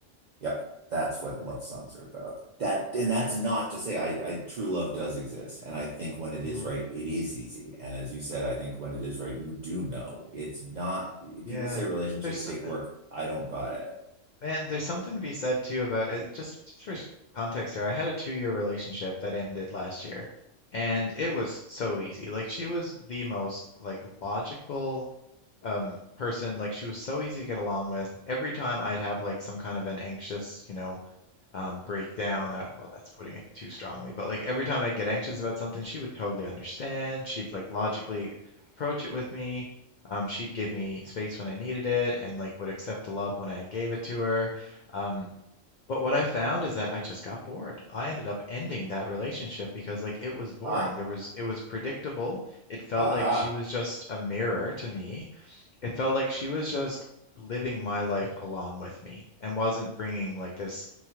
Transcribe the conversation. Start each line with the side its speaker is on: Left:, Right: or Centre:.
Right: Yep, that's what
Left: Yeah.
Right: love songs are about. That and that's not to say I, I true love does exist, and I think when it
Left: Mhm.
Right: is right, it is easy. And as you said, I think when it is right, you do know it's not.
Left: Yeah.
Right: People say relationships
Left: There's
Right: take
Left: s-
Right: work. I don't buy it.
Left: man, there's something to be said too about it. Just just for s- context here, I had a two-year relationship that ended last year, and it was so easy. Like she was the most like logical um person like she was so easy to get along with every time i'd have like some kind of an anxious you know um breakdown I, well that's putting it too strongly but like every time i'd get anxious about something she would totally understand she'd like logically approach it with me um she'd give me space when i needed it and like would accept the love when i gave it to her um but what i found is that i just got bored i ended up ending that relationship because like it was boring
Right: Ah,
Left: there was it was predictable it felt
Right: aha.
Left: like she was just a mirror to me it felt like she was just living my life along with me and wasn't bringing like this